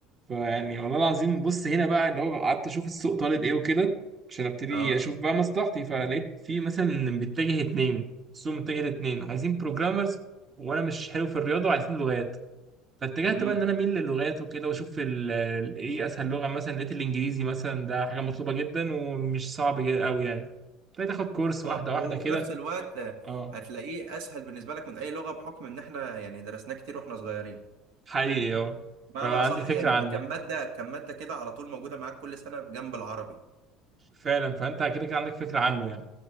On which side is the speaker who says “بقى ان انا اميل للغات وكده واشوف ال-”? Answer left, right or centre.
Right